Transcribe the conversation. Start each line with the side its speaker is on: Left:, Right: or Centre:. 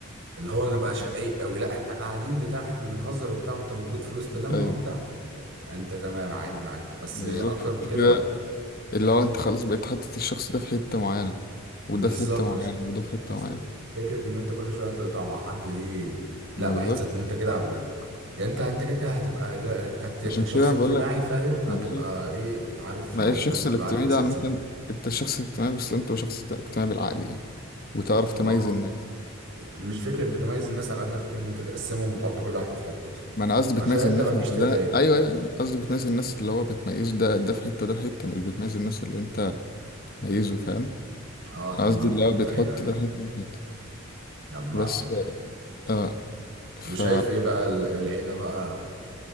Right: اللي هو نبقى شقيق قوي لا احنا قاعدين بتاع احنا بنهزر وبتاع وانت موجود في وسط لمه
Left: ايوه
Right: وبتاع انت تمام عادي معاك بس
Left: بالظبط
Right: اكتر
Left: انت
Right: من كده
Left: كده
Right: لا
Left: اللي هو انت خلاص بقيت حاطط الشخص ده في حتة معينة وده
Right: بالظبط
Left: في حتة معينة
Right: اصل
Left: وده في حتة
Right: اصل
Left: معينة
Right: فكره ان انت كل شويه تقطع مع حد دي لا
Left: ما
Right: بحسك
Left: بالظبط
Right: ان انت كده عم- يعني انت انت كده كده هتبقى لا، كت- كشخص
Left: عشان كده
Right: اجتماعي
Left: بقول لك
Right: فاهم هتبقى
Left: ما بالظبط
Right: ايه عارف
Left: ما
Right: يعني
Left: هي الشخص
Right: لازم
Left: الاجتماعي
Right: تبقى عارف ناس
Left: ده
Right: كتير
Left: عامة انت شخص اجتماعي بس انت شخص اجتماعي بالعقل يعني وتعرف
Right: ما
Left: تميز
Right: هو
Left: الناس
Right: مش فكره بتميز الناس على قد ما فكره ان انت تقسمهم وتحط كل واحد في حتته
Left: ما انا قصدي
Right: عشان
Left: بتميز
Right: انت
Left: الناس
Right: ما تجيش
Left: اللي
Right: تتضايق
Left: ده ايوه ايوه أيوة. قصدي بتميز الناس اللي هو بتميز ده ده في حتة ده في حتة مش بتميز الناس اللي انت ميزه فاهم
Right: اه جمعتك
Left: انا قصدي اللي هو بتحط
Right: ايوه ايوه
Left: ده في حتة ده في حتة
Right: جمعتك
Left: بس اه ف
Right: وشايف ايه بقى ال- العيله بقى